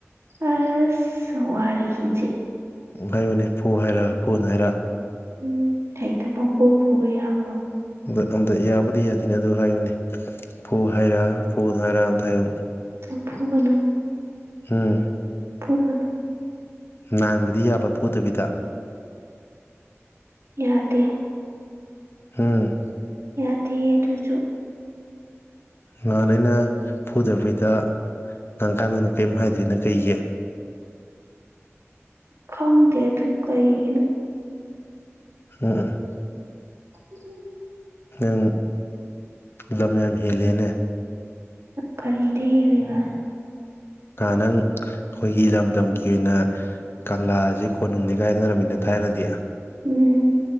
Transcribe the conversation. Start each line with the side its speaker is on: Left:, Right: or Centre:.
Right: ꯑ ꯁꯋꯥꯔꯤꯖ
Left: ꯍꯥꯏꯩꯕꯅꯦ ꯐꯨ ꯍꯥꯏꯔꯥ ꯐꯣꯟ ꯍꯥꯏꯔ
Right: ꯎꯝ ꯍꯛꯇ ꯄꯥꯡꯕꯨ ꯄꯨꯕ ꯌꯥꯕ꯭ꯔꯣ
Left: ꯑ ꯑꯝ ꯌꯥꯕꯨꯗꯤ ꯌꯥꯗꯣꯏꯅꯤ ꯑꯗꯨ ꯍꯥꯏꯌꯅꯦ ꯐꯨ ꯍꯥꯏꯔꯥ ꯐꯨꯅ ꯍꯥꯏꯔ ꯑꯝꯇ ꯍꯥꯏꯌꯨ
Right: ꯂꯐꯨꯒꯅꯨ
Left: ꯎꯝ
Right: ꯐꯨꯒꯅꯣ
Left: ꯅꯥꯟꯕꯗꯤ ꯌꯥꯕ ꯐꯨꯗꯕꯤꯗ
Right: ꯌꯥꯗꯦ
Left: ꯍꯝ
Right: ꯌꯥꯗꯦ ꯑꯗꯨꯖꯨ
Left: ꯉꯍꯥꯟ ꯑꯩꯅ ꯐꯨꯗꯕꯤꯗ ꯅꯥꯟ ꯀꯥꯟꯗꯅ ꯀꯔꯤꯝ ꯍꯥꯏꯗ꯭ꯔꯤꯅ ꯀꯩꯒꯤ
Right: ꯈꯪꯗꯦ ꯇꯨ ꯀꯩꯅ
Left: ꯎꯝ ꯎꯝ
Right: ꯎꯝ
Left: ꯅꯪ ꯂꯝ ꯌꯥꯝ ꯍꯦꯜꯂꯦꯅꯦ
Right: ꯀꯔꯤꯗ ꯍꯦꯜꯜꯂꯤꯕ
Left: ꯉ ꯅꯪ ꯑꯩꯈꯣꯏꯒꯤ ꯂꯝꯗꯝꯒꯤ ꯑꯣꯏꯅ ꯀꯪꯂꯥꯁꯤ ꯀꯣꯟꯅꯨꯡꯅꯤꯒꯥꯏꯅꯔꯝꯃꯤꯅ ꯊꯥꯏꯅꯗꯤ
Right: ꯎꯝ